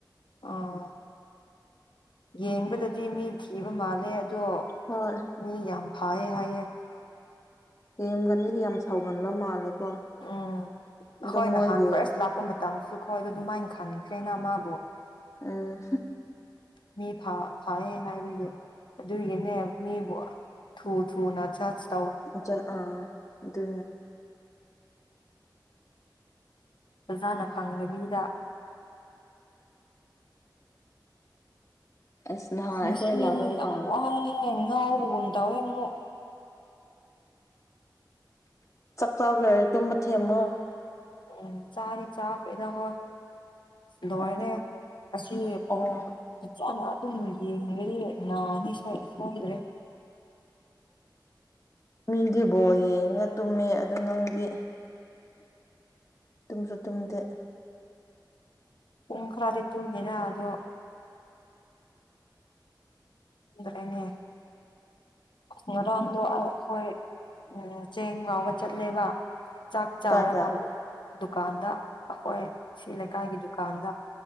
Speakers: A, on the left; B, on the left.
A: ꯑꯣ ꯌꯦꯡꯕꯗꯗꯤ ꯃꯤ ꯊꯤꯕ ꯃꯥꯜꯂꯦ ꯑꯗꯣ
B: ꯍꯣꯏ
A: ꯃꯤ ꯌꯥꯝ ꯐꯌꯦ ꯍꯥꯏꯌꯦ
B: ꯌꯦꯦꯝꯒꯅꯤꯗꯤ ꯌꯥꯝ ꯁꯥꯎꯒꯟꯕ ꯃꯥꯜꯂꯦꯀꯣ
A: ꯎꯝ
B: ꯑꯗꯣ
A: ꯑꯩꯣꯏ
B: ꯃꯣꯏꯒꯤ
A: ꯅꯍꯥꯟ ꯐꯥꯔꯁ ꯂꯥꯛꯄ ꯃꯇꯝꯁꯨꯈꯣꯏ ꯑꯗꯨ ꯑꯗꯨꯃꯥꯏꯅ ꯈꯟꯈ꯭ꯔꯦꯅ ꯃꯥꯕꯨ
B: ꯎꯝ
A: ꯃꯤ ꯐꯥꯏꯑ ꯍꯥꯏꯕꯒꯤ ꯑꯗꯨꯒꯤꯅꯦ ꯃꯤꯕꯨ ꯊꯨ ꯊꯨ ꯅꯅꯥꯆꯥꯆ
B: ꯑꯆꯥ ꯑꯥ ꯑꯗꯨ
A: ꯄꯖꯥꯅ ꯈꯪꯗꯕꯤꯗ
B: ꯑꯁ ꯅꯍꯥꯟ ꯑꯩꯈꯣꯏ
A: ꯉꯁꯤꯗꯤ
B: ꯂꯥꯛꯐꯝ
A: ꯌꯥꯝ
B: ꯀꯥꯟꯗ
A: ꯋꯥꯏꯑꯦ ꯉꯥꯎꯕꯒꯨꯝ ꯇꯧꯋꯦ ꯑꯃꯨꯛ
B: ꯆꯥꯛ ꯆꯕ ꯂꯣꯏꯔꯦ ꯇꯨꯝꯕ ꯊꯦꯝꯃꯣ
A: ꯎꯝ ꯆꯥꯔꯤ ꯆꯥꯛ ꯀꯩꯗ ꯍꯣ ꯂꯣꯏꯔꯦ
B: ꯎꯝ
A: ꯑꯁꯤ
B: ꯑꯣ
A: ꯁꯨꯝ ꯌꯦꯡꯕꯗꯤ ꯅꯅꯤ ꯁ ꯁꯣꯏꯗ꯭ꯔꯦ
B: ꯃꯤꯗꯨꯕꯣ ꯌꯦꯡꯉ ꯇꯨꯝꯃꯦ ꯑꯗꯨ ꯅꯪꯗꯤ ꯇꯨꯝ ꯁ ꯇꯨꯝꯗꯦ
A: ꯄꯨꯡ ꯈꯔꯗꯤ ꯇꯨꯝꯉꯦꯗ ꯑꯗꯣ ꯂꯩꯅꯦ ꯉꯔꯥꯡꯗꯣ ꯑꯩꯈꯣꯏ ꯎ ꯆꯦꯡ ꯉꯥꯎꯕ ꯆꯠꯂꯦꯕ ꯆꯥꯛ ꯆꯥꯔ
B: ꯀꯥꯏꯗ
A: ꯉꯥꯎꯕ ꯗꯨꯀꯥꯟꯗ ꯑꯩꯈꯣꯏ ꯁꯤ ꯂꯩꯀꯥꯏꯒꯤ ꯗꯨꯀꯥꯟꯗ